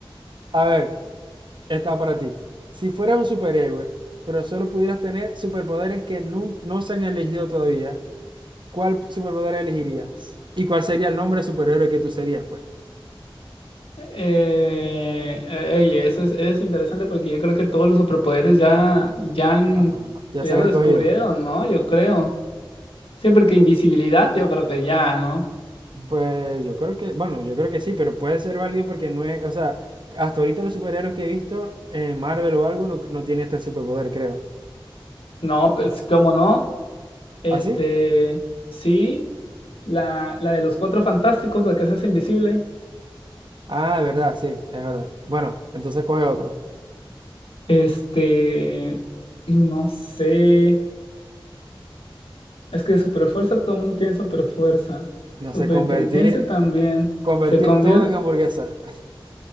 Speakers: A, on the right; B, on the left.
A: A ver. Está para ti. Si fueras un superhéroe, pero solo pudieras tener superpoderes que nun- no se han elegido todavía, ¿cuál superpoder elegirías? ¿Y cuál sería el nombre de superhéroe que tú serías, pues?
B: Eh, eh, oye, eso es, es interesante porque yo creo que todos los superpoderes ya, ya, han-
A: Ajá. Ya
B: pues
A: se
B: ya
A: han
B: lo
A: escogido.
B: descubrieron, ¿no? Yo creo. Sí, porque invisibilidad yo creo que ya, ¿no?
A: Pues yo creo que, bueno, yo creo que sí, pero puede ser válido porque no es, o sea, hasta ahorita los superhéroes que he visto en Marvel o algo no, no tiene este superpoder, creo.
B: No, pues, ¿cómo no? Este,
A: ¿Ah, sí?
B: sí, la, la de los cuatro fantásticos, la que se hace invisible.
A: Ah, verdad, sí, es verdad. Bueno, entonces coge otro.
B: Este, y no sé, es que super fuerza, todo el mundo tiene super fuerza.
A: No
B: Super
A: sé, convertir,
B: inteligencia también.
A: convertir
B: Se convierte,
A: todo en hamburguesa.